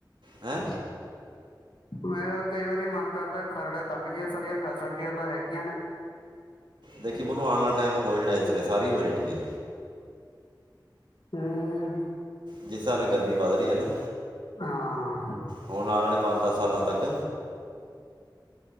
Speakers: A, on the right; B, on the left.
A: ਹੈ
B: ਮੇਰਾ ਵੀ ਕਈ ਵਾਰੀ ਮਨ ਕਰਦਾ, ਖਰੜ ਲੰਘ ਜਾਈਏ, ਸਾਡੀਆਂ ਫੈਸਿਲਿਟੀਆਂ ਤਾਂ ਹੈਗੀਆਂ ਨੇ।
A: ਦੇਖੀ, ਮਨੂੰ ਆਉਣ ਵਾਲਾ ਟਾਈਮ ਹੋ ਜਾਣਾ, ਇਸ ਤਰ੍ਹਾਂ, ਸਾਰੀ ਹੋ ਜਾਣੀ ਹੈ।
B: ਹਮ।
A: ਜਿਸ ਹਿਸਾਬ ਨਾਲ, ਗਰਮੀ ਵੱਧ ਰਹੀ ਹੈ ਨਾ,
B: ਹਾਂ
A: ਹੁਣ ਆਣ ਵਾਲੇ ਪੰਜ-ਦੱਸ, ਸਾਲਾਂ ਤੱਕ